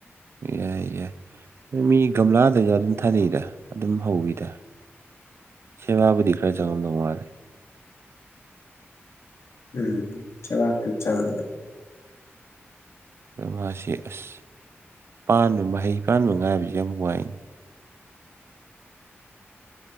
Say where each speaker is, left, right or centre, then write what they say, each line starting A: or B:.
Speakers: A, on the right (about 65°); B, on the left (about 70°).
A: ꯌꯥꯏ ꯌꯥꯏ ꯃꯤ ꯒꯝꯂꯥꯗꯒ ꯑꯗꯨꯝ ꯊꯥꯅꯩꯗ ꯑꯗꯨꯝ ꯍꯧꯋꯤꯗ ꯁꯦꯕꯥꯕꯨꯗꯤ ꯈꯔ ꯆꯪꯉꯝꯗꯧ ꯃꯥꯂꯦ
B: ꯎꯝ ꯁꯦꯕꯥ ꯈꯔ ꯆꯪ
A: ꯑꯗꯣ ꯃꯥꯁꯤ ꯑꯁ ꯄꯥꯟꯕ ꯃꯍꯩ ꯄꯥꯟꯕ ꯉꯥꯏꯕꯁꯤ ꯌꯥꯝ ꯋꯥꯏꯅꯤ